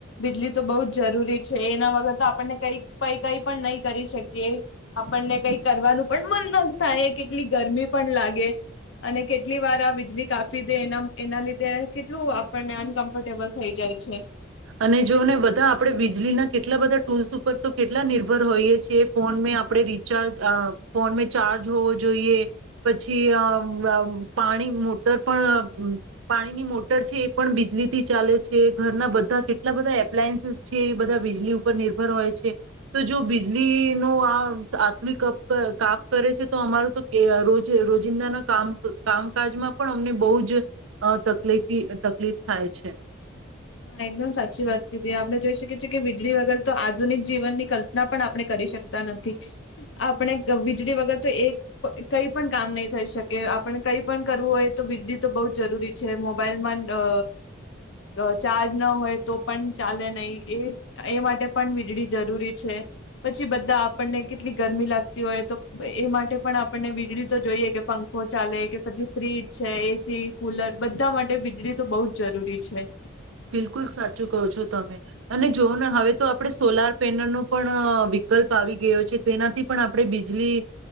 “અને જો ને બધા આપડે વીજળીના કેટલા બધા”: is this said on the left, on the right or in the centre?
Right